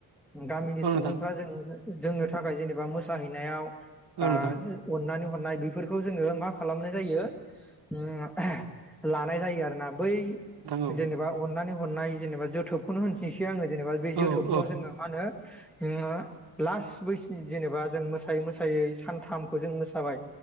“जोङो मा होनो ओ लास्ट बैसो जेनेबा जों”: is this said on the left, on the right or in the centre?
Centre